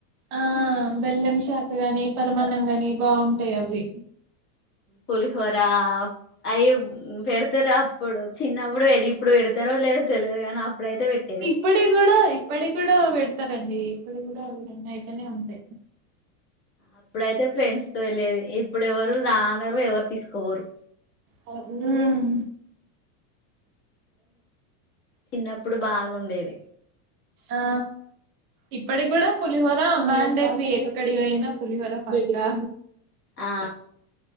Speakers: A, on the right; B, on the left.
A: ఆ బెల్లం శాఖ గనీ పరమాన్నం గనీ బాగుంటయి అవి
B: పులిహోరా అయి పెడతరాప్పుడు చిన్నప్పుడు పెడి ఇప్పుడు పెడు తరోలేదో తెలియదు కానీ అప్పుడైతే పెట్టేది
A: ఇప్పటి కూడా ఇప్పటి కూడా పెడతరండి ఇక్కడి కూడా నయితేనే ఉంటాయి
B: అప్పుడైతే ఫ్రెండ్స్ తో ఎళ్లేది ఇప్పుడెవరు రా అనరు ఎవరు తీసుకపోరు
A: హ్మ్
B: చిన్నప్పుడు బాగుండేది
A: ఆ ఇప్పటి కూడా పులిహోర మ్యాండేట్రీ ఎక్కడి పొయినా పులిహోర పక్కా
B: ఆ